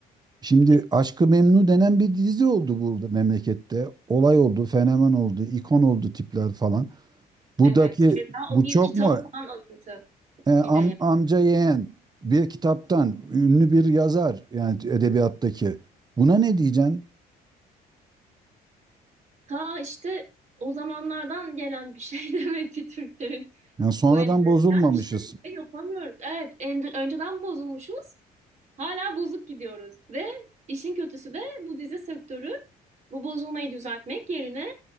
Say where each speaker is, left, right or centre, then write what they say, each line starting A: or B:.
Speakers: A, on the right; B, on the right.
A: Şimdi
B: Hadi.
A: Aşk-ı Memnu denen bir dizi oldu burada memlekette. Olay oldu, fenomen oldu, ikon oldu tipler falan. Buradaki
B: Evet. Keza
A: bu
B: o bir
A: çok
B: kitaptan
A: mu?
B: alıntı
A: E, am-
B: bir de yani.
A: amca yeğen bir kitaptan ünlü bir yazar yani edebiyattaki. Buna ne diyeceksin?
B: Ta işte o zamanlardan gelen bir şey <laughs> demek ki Türklerin
A: Yani sonradan
B: bu enteresan.
A: bozulmamışız.
B: Bir şey, bir şey yapamıyoruz. Evet, en- önceden bozulmuşuz. Hala bozuk gidiyoruz ve işin kötüsü de bu dizi sektörü bu bozulmayı düzeltmek yerine